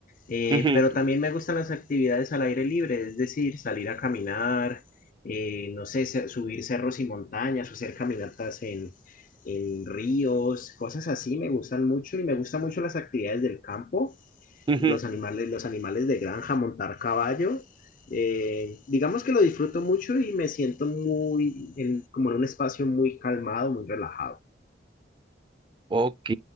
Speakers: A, on the left; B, on the right.
A: Eh,
B: ujú,
A: pero también me gustan las actividades al aire libre, es decir, salir a caminar, eh, no sé, ce- subir cerros y montañas o hacer caminatas en, en ríos, cosas así me gustan mucho y me gustan mucho las actividades del campo,
B: ujú.
A: los animales, los animales de granja, montar caballo. Eh, digamos que lo disfruto mucho y me siento muy en- como en un espacio muy calmado, muy relajado.
B: Ok.